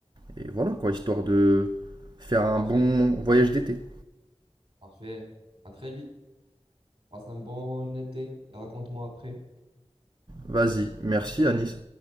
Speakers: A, on the right; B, on the right.
A: Et, et voilà quoi, histoire de faire un
B: Parfait.
A: bon voyage d'été.
B: Parfait. À très vite. Passe un bon été et raconte-moi après.
A: Vas-y, merci Anis.